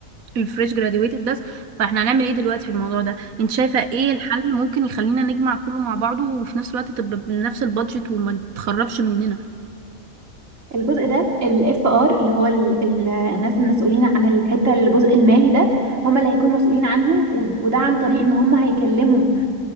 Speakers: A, on the right (about 85°); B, on the right (about 65°).
A: الفريش جراديويتد بس فاحنا هنعمل ايه دلوقتي في الموضوع ده انت شايفة ايه الحل ممكن يخلينا نجمع كله مع بعضه وفي نفس الوقت تبقى بنفس البادجت وما تخربش مننا
B: الجزء ده الاف ار اللي هو ال ال الناس المسؤولين عن الحته الجزء المالي ده هم اللي هيكونوا مسؤولين عنهم و- وده عن طريق ان هم هيكلموا